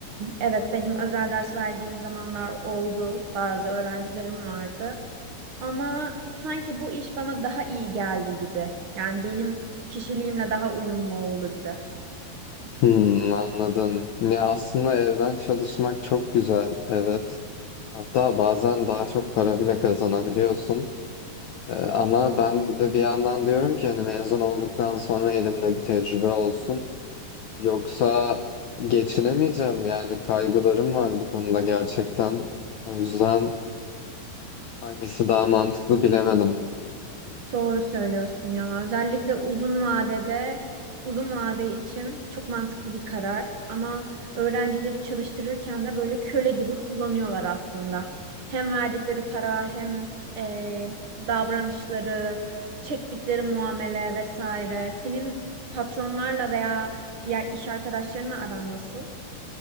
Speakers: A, on the right; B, on the left.
A: evet benim özel ders verdiğim zamanlar oldu. Bazı öğrencilerim vardı. Ama sanki bu iş bana daha iyi geldi gibi. Yani benim kişiliğimle daha uyumlu oldu gibi.
B: Hmm, anladım. Ya aslında evden çalışmak çok güzel, evet. Hatta bazen daha çok para bile kazanabiliyorsun. Ee, ama ben de bir yandan diyorum ki hani mezun olduktan sonra elimde bir tecrübe olsun. Yoksa geçinemeyeceğim yani kaygılarım var bu konuda gerçekten. O yüzden hangisi daha mantıklı bilemedim.
A: Doğru söylüyorsun ya. Özellikle uzun vadede, uzun vade için çok mantıklı bir karar. Ama öğrencileri çalıştırırken de böyle köle gibi kullanıyorlar aslında. Hem verdikleri para hem eee, davranışları, çektikleri muamele vesaire. Senin patronlarla veya diğer iş arkadaşlarınla aran nasıl?